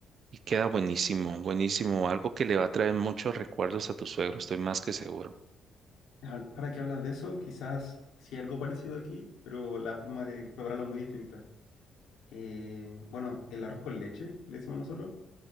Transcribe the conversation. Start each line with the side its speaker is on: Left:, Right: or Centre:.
Right: Y queda buenísimo, buenísimo. Algo que le va a traer muchos recuerdos a tu suegro, estoy más que seguro.
Left: Ahor- Ahora que hablas de eso, quizás sí hay algo parecido aquí, pero la forma de prepararlo es muy distinta. Eh, bueno, el arroz con leche, le decimos nosotros.